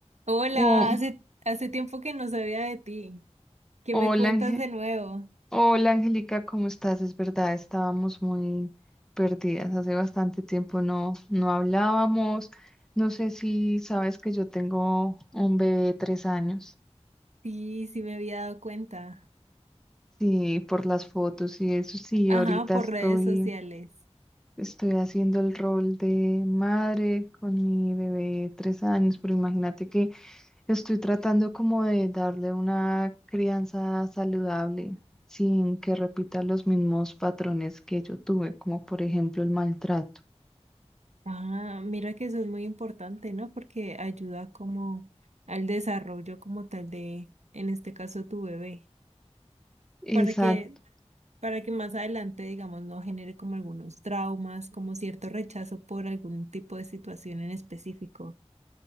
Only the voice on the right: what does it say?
Hola,
hace, hace tiempo que no sabía de ti. ¿Qué
me cuentas
de nuevo?
Sí, sí me había dado cuenta.
Ajá,
por
redes sociales.
Ah, mira que eso es muy importante, ¿no? Porque ayuda como al desarrollo como tal de, en este caso, tu bebé,
para que, para que más adelante, digamos, no genere como algunos traumas, como cierto rechazo por algún tipo de situación en específico.